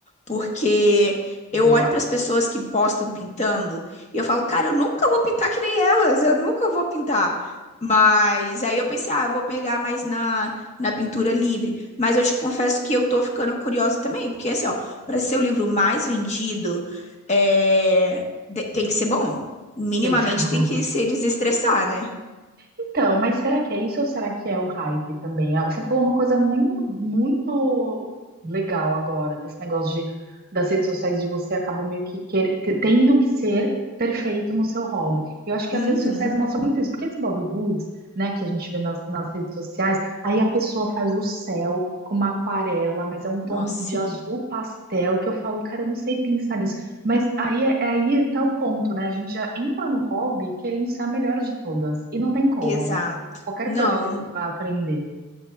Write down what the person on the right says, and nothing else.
Boa,
<laughs>
tem que ser bom.
Então, mas será que é isso ou será que é o hype também? Ah, Você falou uma coisa muito, muito legal agora, desse negócio de, das redes sociais, de você acaba meio que quer- te- tendo que ser perfeito no seu hobby. Eu acho que
as redes sociais mostram muito isso, porque esse Bob Goods, né, que a gente vê nas, nas redes sociais, aí a pessoa faz o céu com uma aquarela, mas é um tom
de
azul pastel que eu falo, cara, eu não sei pensar nisso. Mas aí, é- é aí tá o ponto, né? A gente já entra no hobby querendo ser a melhor de todas. E não tem como,
né? Qualquer
coisa que a gente vai aprender.